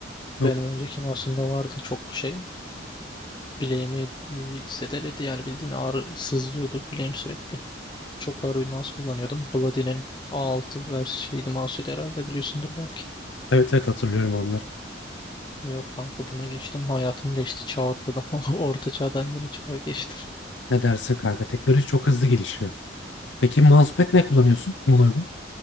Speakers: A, on the left; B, on the left.
A: Bu,
B: Benim önceki masumda vardı çok şey. Bileğimi bir zedeledi yani bildiğin ağrı sızlıyordu bileğim sürekli. Çok ağır bir mouse kullanıyordum. Bloody'nin A6 vers şeydi mouse'uydu herhalde biliyorsundur belki.
A: evet evet hatırlıyorum onları.
B: Yok kanka buna geçtim. Hayatım değişti. Çağ atladım. <laughs> Orta çağdan yeni çağa geçtim.
A: Ne dersin kanka? Teknoloji çok hızlı gelişiyor. Peki mousepad ne kullanıyorsun buna uygun?